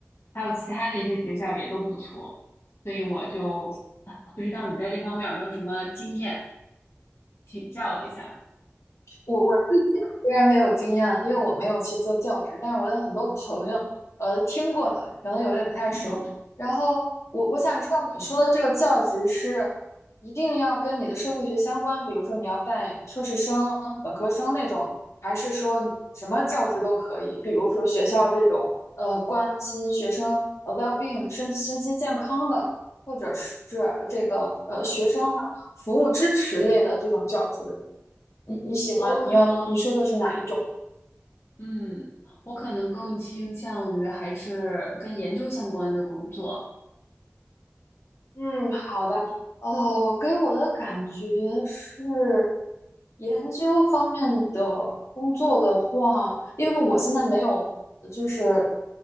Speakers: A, on the left; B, on the left.
A: 还有其他的一些学校也都不错，所以我就啊不知道你在这方面有没有什么经验，请教一下。
B: 我我自己虽然没有经验，因为我没有去做教职，但是我有很多朋友，呃，听过的，可能有点不太熟。
A: 嗯，
B: 然后我我想知道你说的这个教职是一定要跟你的社会学相关，比如说你要带硕士生、本科生那种，还是说什么教职都可以？比如说学校这种，呃，关心学生呃 well-being 身身心健康的，或者是这个呃学生服务支持类的这种教职。
A: 啊，
B: 你你喜欢你要你说的是哪一种？
A: 我可能，嗯，我可能更倾向于还是跟研究相关的工作。
B: 嗯，好的。哦，给我的感觉是，研究方面的工作的话，因为我现在没有，呃就是